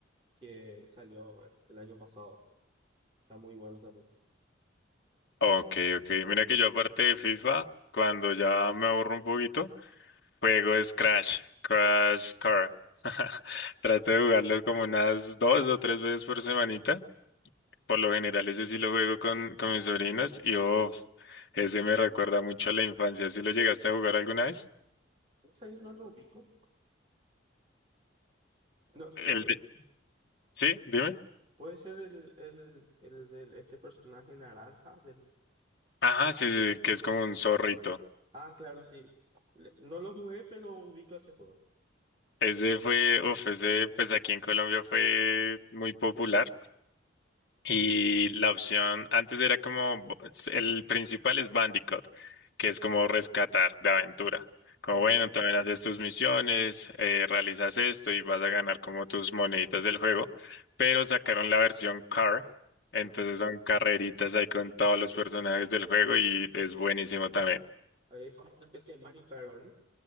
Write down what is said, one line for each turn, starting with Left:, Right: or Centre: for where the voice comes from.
Right: que salió el año pasado. Está muy bueno también.
Left: Ok, ok. Mira que yo aparte de FIFA, cuando ya me aburro un poquito, Juego es Crash, Crash Car. <laughs> Trato de jugarlo como unas dos o tres veces por semanita. Por lo general, ese sí lo juego con, con mis sobrinos y uf, ese me recuerda mucho a la infancia. ¿Sí lo llegaste a jugar alguna vez?
Right: ¿Cómo salió? No lo ubico. No,
Left: El
Right: eh,
Left: de- Sí, dime.
Right: Puede ser el, el, el de este personaje naranja del...
Left: Ajá,
Right: no.
Left: sí, sí, que es como un zorrito.
Right: Ah, claro, sí. Le- No lo jugué, pero ubico ese juego.
Left: Ese fue, uf, ese pues aquí en Colombia fue muy popular. Y la opción antes era como el principal es Bandicoot, que es como rescatar de aventura. Como
Right: Ah,
Left: bueno,
Right: ok.
Left: también haces tus misiones, eh, realizas esto y vas a ganar como tus moneditas del juego. Pero sacaron la versión Car, entonces
Right: Sí.
Left: son carreritas ahí con todos los personajes del juego y es buenísimo también.
Right: Eh, Es como una especie de Mario Kart, ¿verdad?